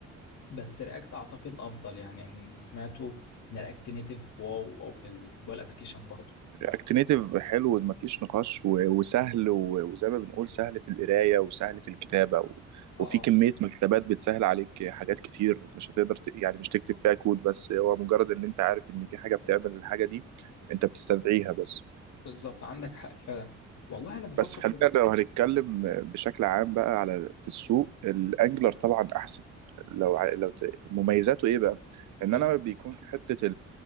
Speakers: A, on the left; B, on the right.
A: بس رياكت اعتقد افضل يعني يعني اللي سمعته ان رياكت نيتف واو او في الموبايل ابلكيشن برضه
B: اكتنيتيف حلو مفيش نقاش و- وسهل و- وزي ما بنقول سهل في القرايه وسهل في الكتابه و-
A: اه
B: وفي كميه مكتبات بتسهل عليك حاجات كتير مش هتقدر ت... يعني مش تكتب
A: اه
B: فيها كود بس هو مجرد ان انت عارف ان في حاجه بتعمل الحاجه دي انت بتستدعيها بس
A: بالظبط عندك حق فعلا والله انا بفكر
B: بس خلينا
A: في
B: لو هنتكلم بشكل عام بقى على في السوق الانجلر طبعا احسن لو ع- لو ت- مميزاته ايه بقى ان
A: ايوه
B: انا بيكون في حته